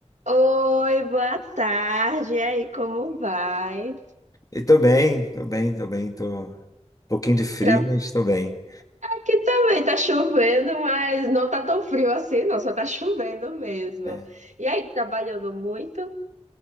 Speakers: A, on the right; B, on the left.
A: Oi, boa tarde. E aí, como vai?
B: E tô bem, tô bem, tô bem, tô um pouquinho de frio,
A: Tra-
B: mas tô bem.
A: Aqui também tá chovendo, mas não tá tão frio assim, não, só tá chovendo mesmo.
B: É.
A: E aí, trabalhando muito?